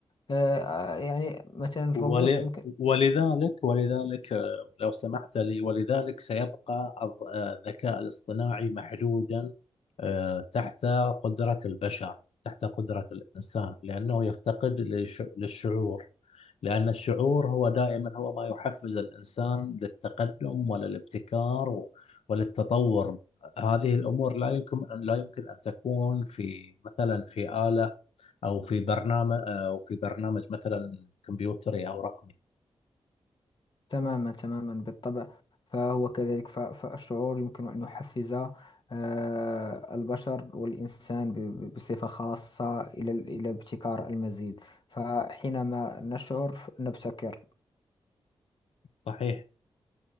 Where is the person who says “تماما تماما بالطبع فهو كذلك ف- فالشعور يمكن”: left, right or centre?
Left